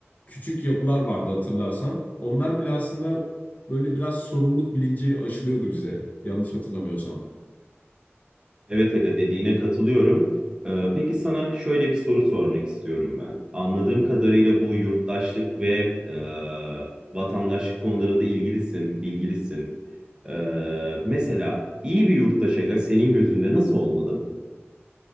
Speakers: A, on the left; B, on the right.
A: küçük yapılar vardı hatırlarsan. Onlar bile aslında böyle biraz sorumluluk bilinci aşılıyordu bize. Yanlış hatırlamıyorsam.
B: Evet Aga dediğine katılıyorum. Ee, peki sana şöyle bir soru sormak istiyorum ben. Anladığım kadarıyla bu yurttaşlık ve e, vatandaşlık konularında ilgilisin, bilgilisin. Ee, mesela iyi bir yurttaş Aga senin gözünde nasıl olmalı?